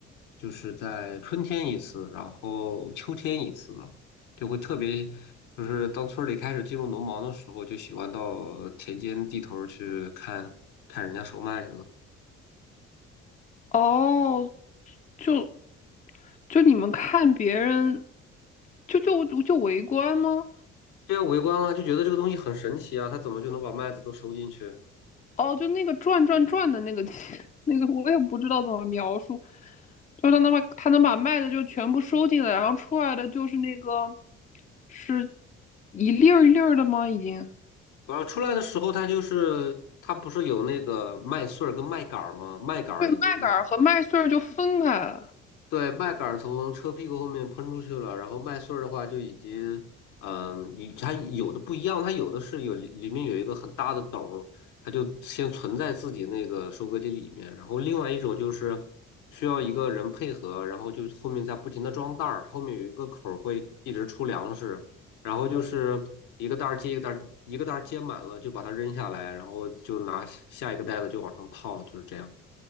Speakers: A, on the left; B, on the left.
A: 就是在春天一次，然后秋天一次。就会特别，就是当村儿里开始进入农忙的时候，就喜欢到田间地头儿去看看人家收麦子。
B: 哦，就就你们看别人，就就就围观吗？
A: 对啊，围观啊，就觉得这个东西很神奇啊，他怎么就能把麦子都收进去？
B: 哦，就那个转转转的那个 <laughs> 那个，我也不知道怎么描述，就他能把他能把麦子就全部收进来，然后出来的就是那个是一粒儿一粒儿的吗？已经
A: 然后出来的时候，他就是他不是有那个麦穗儿跟麦秆儿吗？麦秆儿已经
B: 对，麦秆儿和麦穗儿就分开了。
A: 对，麦秆儿从车屁股后面喷出去了，然后麦穗儿的话就已经，嗯，你它有的不一样，它有的是有里里面有一个很大的斗儿，它就先存在自己那个收割机里面，然后另外一种就是需要一个人配合，然后就后面再不停的装袋儿，后面有一个口儿会一直出粮食，然后就是一个袋儿接一个袋儿，一个袋儿接满了就把它扔下来，然后就拿下一个袋子就往上套，就是这样。